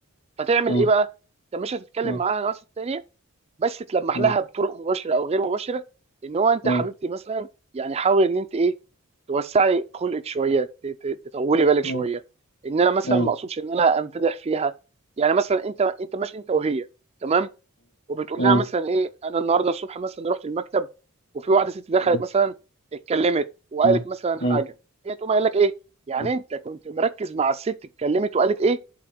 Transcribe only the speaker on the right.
فتعمل
ايه بقى انت مش هتتكلم
معاها عن واحد ست تانية بس تلمح
لها بطرق مباشره او غير مباشره ان هو انت
حبيبتي مثلا يعني حاول ان انت ايه توسعي خلقك شويه ت- ت- تطولي بالك
شويه ان انا مثلا
ما اقصدش ان انا امتدح فيها يعني مثلا انت انت ماشي انت وهي تمام وبتقول
لها مثلا ايه انا النهارده الصبح مثلا رحت المكتب وفي واحده ست دخلت
مثلا اتكلمت وقالت
مثلا حاجه
هي تقوم قايل لك ايه يعني
انت كنت مركز مع الست اتكلمت وقالت ايه